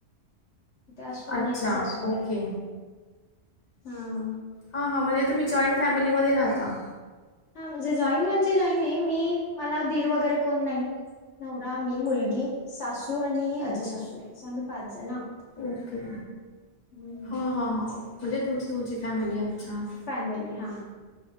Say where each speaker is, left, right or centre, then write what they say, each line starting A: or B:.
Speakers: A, on the left; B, on the left.
A: <inaudible> इथे असतो
B: अच्छा,
A: मी आणि सासूबाई.
B: ओके.
A: हम्म!
B: हा हां म्हणजे तुम्ही जॉईंट फॅमिलीमध्ये राहता.
A: ह म्हणजे जॉईन म्हणजे जॉईन नाही मी मला दीर वगैरे कोण नाही. नवरा मी मुलगी सासू आणि आजे सासू अस आम्ही पाच जण आहोत.
B: ओके!
A: हम्म.
B: ह ह ह, म्हणजे तुमची तुमची फॅमिली अच्छा!
A: फॅमिली हा,